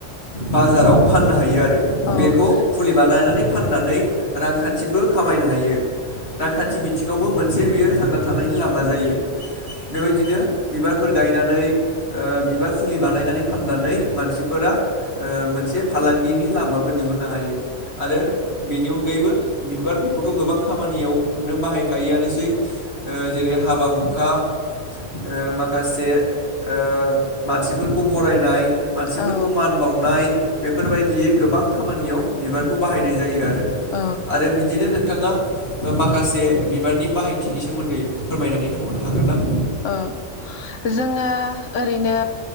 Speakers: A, on the left; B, on the left.
A: बाजाराव फाननो हायो आरो। बेखौ
B: औ
A: फुलि बानायनानै फाननानै रांखान्थिबो खामायनो हायो। रांखान्थि बिथिङावबो मोनसे बेयो थांना थानायनि लामा जायो बेबायदिनो बिबारफोर गायनानै ओ बिबार फुलि बानायनानै फाननानै मानसिफोरा ओ मोनसे फालांगिनि लामाबो दिहुननो हायो। आरो बेनि अनगायैबो बिबारफोरखौथ' गोबां खामानियावनो बाहायखायोआनोसै जेरै हाबा हु खा ओ माखासे ओ मानसिफोरखौ बरायनाय मानसिफोरखौ
B: उम औ
A: मान बावनाय बेफोरबायदि गोबां खामानियाव बिबारखौ बाहायनाय जायो आरो।
B: औ
A: आरो बिदिनो नोंथाङा माखासे बिबारनि बाहायथिनि सोमोन्दै फोरमायनानै होबावनो हागोन ना?
B: औ जोङो ओरैनो